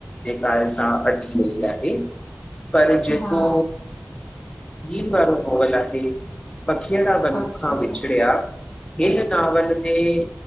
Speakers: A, on the left (about 20°); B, on the left (about 40°).
A: जेका आहे सां हटी वही आहे पर जेको
B: हा
A: ही वारो नॉवल आहे, पखिड़ा वन
B: पखीअ
A: खां
B: वांगुर
A: विछड़िया हिन नॉावल में